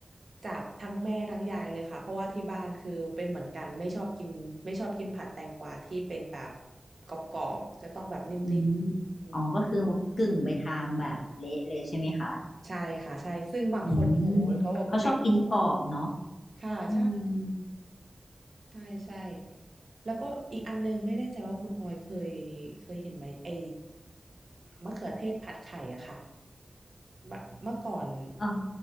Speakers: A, on the right (about 65°); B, on the left (about 85°).
A: จากทั้งแม่ทั้งยายเลยค่ะเพราะว่าที่บ้านคือเป็นเหมือนกันไม่ชอบกินไม่ชอบกินผัดแตงกวาที่เป็นแบบกรอบๆจะต้องแบบนิ่มๆอืม
B: อืมอ๋อก็คือกึ่งไปทางแบบเละเลยใช่ไหมคะ
A: ใช่ค่ะใช่ซึ่งบางคนโอ้โหเขาแบบไม่ไม่ชอบ
B: อืมเขาชอบกินกรอบเนาะ
A: ค่ะใช่
B: อืม
A: ใช่ใช่แล้วก็อีกอันนึงไม่แน่ใจว่าคุณออยเคยเคยเห็นไหมไอ้มะเขือเทศผัดไข่อะค่ะเมื่อเมื่อก่อน
B: เออ